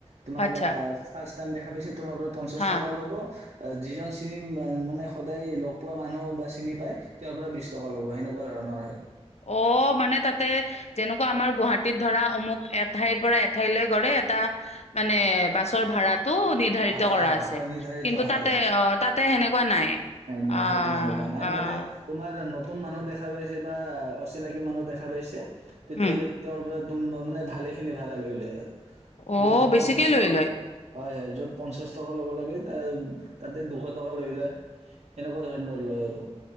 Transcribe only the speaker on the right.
তোমাক‌
অ ফাৰ্ষ্ট টাইম দেখা পাইছিল তোমাৰ পৰা পঞ্চাশ
টকাও ল'ব যিজন মান মানে সদায় লগ পোৱা মানুহ বা চিনি পায় তেওঁৰ পৰা বিশ টকা ল'ব হেনেকুৱা ধৰণৰ হয়।
হয়
হয়
হয় নিৰ্ধাৰিত
হয়
নাই
সেইটো সেনেকুৱা নাই
তাতে তোমাৰ নতুন মানুহ দেখা পাইছে বা অচিনাকি মানুহ দেখা পাইছে তেতিয়া
হ'লে তেওঁৰ পৰা, <inaudible> ভালেখিনি ভাড়া লই লয়। আৰু
য'ত
পঞ্চাশ
টকা
হয় হয় পঞ্চাশ টকা ল'ব লাগে তা তাতে দুশ টকা লই লয়। হেনেকুৱা ধৰণৰ লয় আৰু।